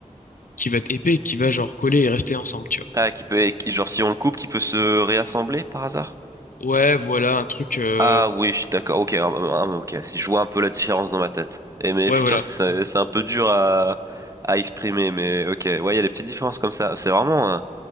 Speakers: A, on the left; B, on the right.
A: qui va être épais, et qui va genre coller et rester ensemble, tu vois.
B: Ah, qui peut, qui- genre, si on le coupe, qui peut se réassembler par hasard?
A: Ouais, voilà, un truc. euh,
B: Ah oui, je suis d'accord. Ok, ah, ah, ok. Si je vois un peu la différence dans ma tête. Et mais
A: Ouais,
B: effectivement,
A: voilà.
B: c'est c'est un peu dur à, à exprimer. Mais ok, ouais, il y a des petites différences comme ça. C'est vraiment euh,